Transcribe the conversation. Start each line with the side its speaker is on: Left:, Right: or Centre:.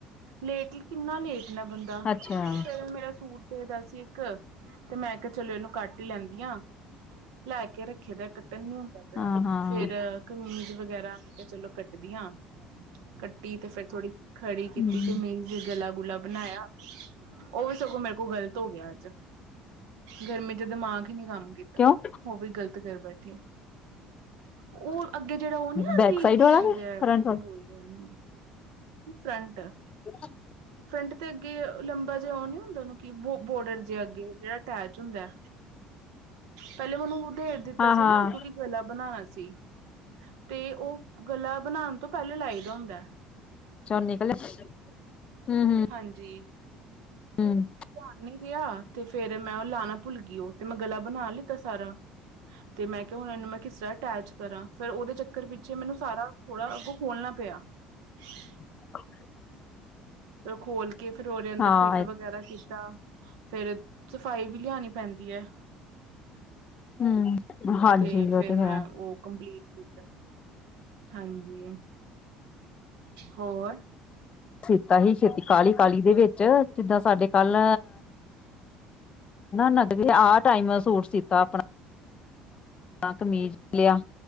Right: ਲੇਟ ਕਿੰਨਾ ਲੇਟ ਨਾ ਬੰਦਾ
Left: ਅੱਛਾ-ਅੱਛਾ,
Right: ਫਿਰ ਮੇਰਾ ਸੂਟ। ਪਦਾ ਸੀ ਇੱਕ, ਤੇ ਮੈਂ ਕਿਹਾ ਚਲੋ ਇਹਨੂੰ ਕੱਟ ਹੀ ਲੈਂਦੀ ਹਾਂ, ਲੈ ਕੇ ਰੱਖ। ਦਾ ਕੱਟਣ ਨੀ ਹੁੰਦਾ ਪਿਆ,
Left: ਹਾਂ-ਹਾਂ,
Right: ਫੇਰ ਕਮੀਜ਼ ਵਗੈਰਾ ਮੈਂ ਕਿਹਾ ਚਲੋ ਕੱਟ ਦੀਆਂ, ਕੱਟੀ ਤੇ ਫੇਰ ਥੋੜੀ ਖੜੀ ਕੀਤੀ
Left: ਹੂੰ।
Right: ਕਮੀਜ, ਗਲਾ ਗੁਲਾ ਬਣਾਇਆ, ਉਹ ਵੀ ਸਗੋਂ ਮੇਰੇ ਕੋਲ ਗ਼ਲਤ ਹੋ ਗਿਆ ਅੱਜ, ਗਰਮੀ ਚ ਦਿਮਾਗ, ਨੀ ਕੰਮ ਕੀਤਾ
Left: ਕਿਉਂ
Right: ਉਹ ਵੀ ਗ਼ਲਤ ਕਰ ਬੈਠੀ। ਉਹ ਅੱ, ਜਿਹੜਾ ਉਹ ਨੀ ਆਉਂਦੀ
Left: ਬੈਕ ਸਾਈਡ
Right: ਕੀ
Left: ਵਾਲਾ
Right: ਕਹਿੰਦੇ
Left: ਕੇ
Right: ਆ
Left: ਫਰੰਟ
Right: ਕੀ
Left: ਵਾਲਾ
Right: ਬੋਲਦੇ ਉਹਨੂੰ, ਫਰੰਟ
Left: ਹ <unintelligible>
Right: ਫਰੰਟ ਤੇ ਅੱਗੇ ਲੰਬਾ ਜਿਹਾ ਉਹ ਨੀ ਹੁੰਦਾ ਉਹਨੂੰ, ਕਿ ਬ, ਬੋਰਡਰ ਜੇ ਅੱਗੇ ਜਿਹੜਾ ਅਟੈਚ ਹੁੰਦਾ। ਪਹਿਲੇ ਮੈਨੂੰ ਉਦੇ,
Left: ਹਾਂ-ਹਾਂ-ਹਾਂ,
Right: ਦਿੱਤਾ ਸੀ ਨਾ ਕਿਉਂਕਿ ਗਲਾ ਬਣਾਇਆ ਸੀ, ਤੇ ਉਹ ਗਲਾ ਬਣਾਉਣ ਤੋਂ ਪਹਿਲੇ ਲਾਈ ਦਾ ਹੁੰਦਾ,
Left: ਚੋ ਨਿਕਲੇ ਹੂੰ,
Right: ਹਾਂਜੀ ਧਿਆਨ
Left: ਹੂੰ,
Right: ਨੀ ਰਿਹਾ, ਤੇ ਫੇਰ, ਮੈਂ ਉਹ ਲਾਣਾ ਭੁੱਲ ਗਈ, ਉਹ ਤੇ ਮੈਂ ਗਲਾ ਬਣਾ ਲਿੱਤਾ ਸਾਰਾ। ਤੇ ਮੈਂ ਕਿਹਾ ਹੁਣ ਇਹਨੂੰ ਮੈਂ ਕਿਸ ਤਰ੍ਹਾਂ ਅਟੈਚ ਕਰਾਂ ਫਿਰ ਉਹਦੇ ਚੱਕਰ ਪਿੱਛੇ ਮੈਨੂੰ ਸਾਰਾ ਥੋੜਾ ਅੱਗੋਂ ਖੋਲਣਾ ਪਿਆ। ਹਾਂ <unintelligible>
Left: ਹ <unintelligible>
Right: ਫਿਰ ਉਹ ਖੋਲ ਕੇ ਫਿਰ ਉਹਦੇ ਅੰਦਰ
Left: ਹਾਂ
Right: ਫਿੱਟ ਵਗੈਰਾ ਕੀਤਾ, ਫੇਰ ਸਫ਼ਾਈ ਵੀ ਲਿਆਉਣੀ ਪੈਂਦੀ ਹੈ,
Left: ਹਮ ਹਾਂਜੀ
Right: ਤੇ
Left: ਉਹ
Right: ਫਿਰ
Left: ਹੈ
Right: ਮੈਂ ਉਹ ਕੰਪਲੀਟ, ਹਾਂਜੀ ਹੋਰ
Left: ਸੀਤਾ ਹੀ ਛੇਤੀ ਕਾਹਲੀ ਕਾਹਲੀ ਦੇ ਵਿੱਚ ਜਿੱਦਾਂ ਸਾਡੇ ਕੱ, ਲ ਨਗਦੀ ਆਹ ਟਾਈਮ ਸੂਟ ਸੀਤਾ ਆਪਣਾ ਕਮੀਜ਼, ਲਿਆ